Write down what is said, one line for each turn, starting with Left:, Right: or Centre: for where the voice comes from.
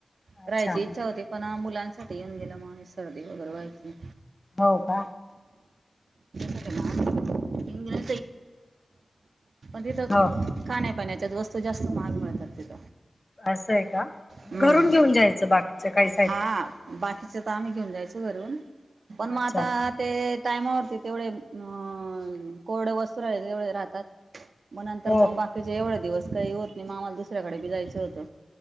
Left: अच्छा
Right: राहायची इच्छा होती पण, मुलां येऊन गेलो सर्दी वगैरे व्हायची.
Left: हो का!
Right: त्याच्यासाठी <unintelligible> <unintelligible> पण तिथं
Left: हो
Right: खाण्यापाण्या <unintelligible> जास्त महाग मिळतात तिथं
Left: असं आहे का!
Right: हम्म
Left: घरून घेऊन जायचं बाकीच काही साहित्य
Right: हा बाकीचं तर आम्ही घेऊन जायचो घरून. पण म
Left: अच्छा
Right: आता ते, टायमावरती तेवढे अ कोरडं वस्तू राहिले तेवढे राहतात. मग नंतर
Left: हो
Right: मग बाकीचे एवढे दिवस. काही होत नाही आम्हाला दुसऱ्याकडे बी जायचं होतं.